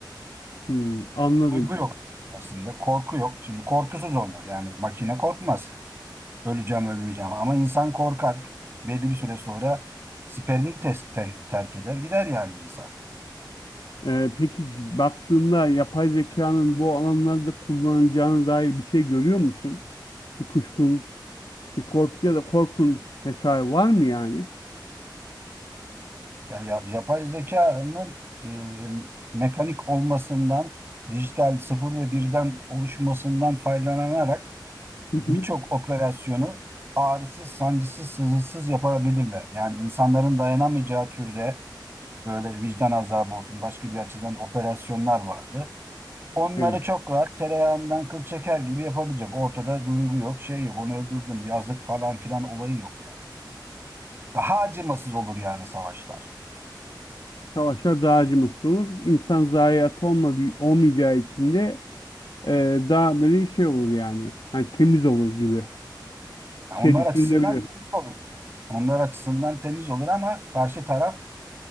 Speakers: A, on the left; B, on the right.
A: Hmm, anladım.
B: Duygu yok aslında, korku yok. Şimdi korkusuz onlar. Yani makine korkmaz. Öleceğim, ölmeyeceğim. Ama insan korkar. Belli bir süre sonra siperini tes- te- terk eder, gider yani insan.
A: Ee, peki baktığında yapay zekanın bu alanlarda kullanacağına dair bir şey görüyor musun? Bir kuşkun, bir korku ya da korkun vesaire var mı yani?
B: Ya, ya- yapay zekanın e, mekanik olmasından, dijital sıfır ve birden oluşmasından faydalanarak
A: Hı
B: birçok
A: hı,
B: operasyonu ağrısız, sancısız, sızısız yapabilirler. Yani insanların dayanamayacağı türde böyle vicdan azabı olsun, başka bir açıdan operasyonlar vardı. Onları
A: evet.
B: çok rahat tereyağından kıl çeker gibi yapabilecek. Ortada duygu yok, şey yok, onu öldürdüm, yazık falan filan olayı yok yani. Daha acımasız olur yani savaşlar.
A: Savaşlar dağcımız olur. İnsan zayiat olmadığı, olmayacağı için de e, daha böyle şey olur yani. Hani temiz olur gibi
B: Ha,
A: bir
B: Onlar
A: şey düşünülebilir.
B: açısından temiz olur. Onlar açısından temiz olur ama karşı taraf